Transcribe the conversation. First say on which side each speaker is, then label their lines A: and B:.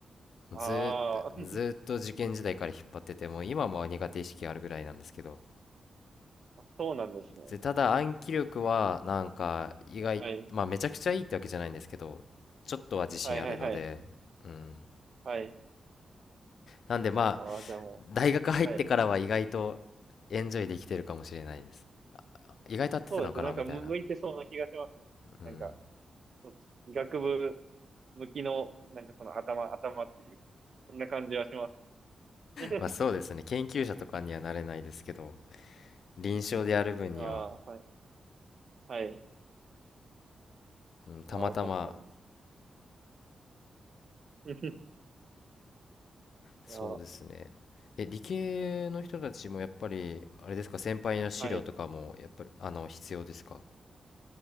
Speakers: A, on the left (about 75°); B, on the right (about 60°).
A: ずーっと、
B: あー
A: ずーっと受験時代から引っ張ってて、もう今も苦手意識あるぐらいなんですけど。
B: あ、そうなんですね。
A: で、ただ暗記力はなんか意外、
B: はい。
A: まあめちゃくちゃいいってわけじゃないんですけど、ちょっとは自信あるので、
B: はいはいはい。
A: うん。
B: はい。
A: なんでまあ、
B: ああ、じゃあも
A: 大学入ってからは意外とエンジョイできてるかもしれないです。
B: う、はい。
A: 意外と合ってたのかなみたいな。
B: そうですね。なんかむ向いてそうな気がしますね。
A: うん。
B: なんか、そっち医学部向きの、なんかその頭、頭っていう、そんな感じはします。<laughs>
A: まあそうですね研究者とかにはなれないですけど臨床でやる分には、
B: ああ、はい。はい。
A: うん、たまたま
B: ああ、確かに。<laughs>
A: そうですね
B: いや、
A: え理系の人たちもやっぱりあれですか先輩の資料とかもやっぱりあの必要ですか
B: はい。